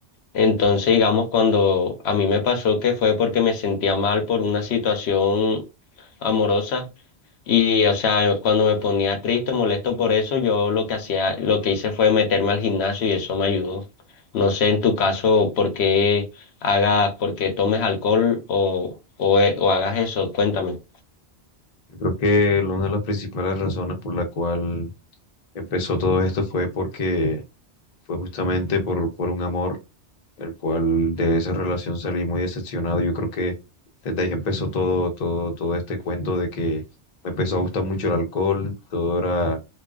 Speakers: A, on the left (about 70°); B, on the left (about 45°).
A: Entonces, digamos, cuando a mí me pasó que fue porque me sentía mal por una situación amorosa, y, o sea, cuando me ponía triste o molesto por eso, yo lo que hacía, lo que hice fue meterme al gimnasio y eso me ayudó. No sé en tu caso por qué hagas, por qué tomes alcohol o, o, eh, o hagas eso, cuéntame.
B: Yo creo que una de las principales razones por la cual empezó todo esto fue porque fue justamente por, por un amor, el cual de esa relación salí muy decepcionado. Yo creo que desde ahí empezó todo, todo, todo este cuento de que me empezó a gustar mucho el alcohol, todo era